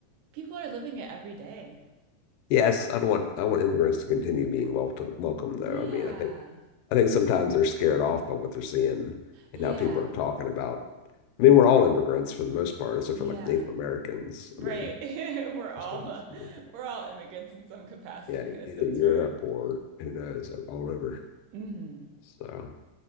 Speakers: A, on the right (about 80°); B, on the left (about 85°).
A: People are living it every day.
B: Yes, I don't want I want immigrants to continue being welcome, welcome though.
A: Yeah.
B: I mean, I think I think sometimes they're scared off by what they're seeing and
A: Yeah.
B: how people are talking about. I mean, we're all immigrants for the most part, except
A: Yeah.
B: for like Native Americans.
A: Right.
B: I mean,
A: <laughs> We're all
B: most of us
A: uh,
B: are,
A: we're all immigrants in some capacity.
B: yeah,
A: <laughs> That
B: either
A: that's
B: Europe
A: right.
B: or who knows, all over.
A: Mhm.
B: So,